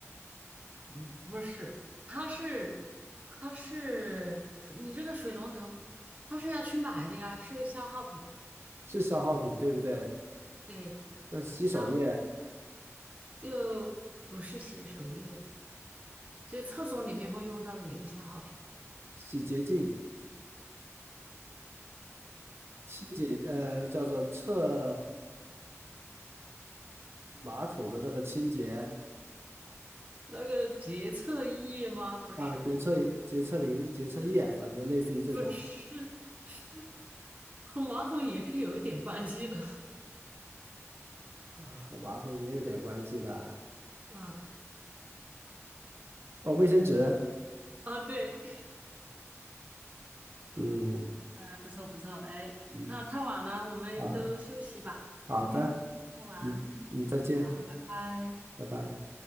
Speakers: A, on the right (about 30°); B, on the right (about 55°).
A: 嗯，不是，它是，它是，水你这个水龙头，它是要去买的呀，是消耗品啊。
B: 是消耗品，对不对？
A: 对，
B: 那洗手液、
A: 消就不是洗手液，就厕所里面会用到的一个消耗品。
B: 洗洁精、清洁，呃，叫做厕马桶的那个清洁。
A: 那个洁厕液吗？不是，
B: 啊，洁厕洁厕灵、洁厕液，反正类似于这种，
A: 不是，<laughs> 和马桶也是有一点关系的
B: 啊和马桶也有点关系的。
A: 啊
B: 哦，卫生纸，
A: 啊，对，
B: 嗯
A: 哎，不错不错，哎，
B: 嗯
A: 那太晚了，我们都休息吧，
B: 啊，好的，
A: 明天再玩，
B: 嗯嗯，再见，
A: 好，拜拜。
B: 拜拜。